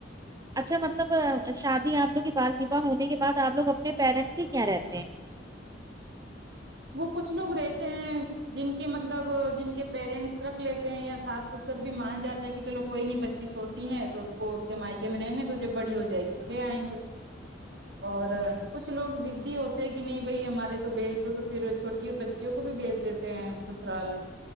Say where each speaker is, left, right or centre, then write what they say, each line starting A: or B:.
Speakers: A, on the right (about 20°); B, on the right (about 65°).
A: اچھا مطلب شادی آپ لوگ کے بال ویوہ ہونے کے بعد آپ لوگ اپنے پیرنٹس ہی کیا رہتے ہیں
B: وہ کچھ لوگ رہتے ہیں جن کے مطلب جن کے پیرنٹس رکھ لیتے ہیں یا ساس سسر بھی مان جاتے ہیں کہ چلو کوئی نہیں بچی چھوٹ ٹی ہیں تو اس کو اس کے مائکے میں رہنے تو جب بڑی ہو جائے گی تو لے آئیں گے
A: <unintelligible>
B: اور کچھ لوگ ضدی ہوتے کہ نہیں بھائی ہمارے تو بیج دود پھر چھوٹی بچوں کو بھی بیج دیتے ہیں سسرال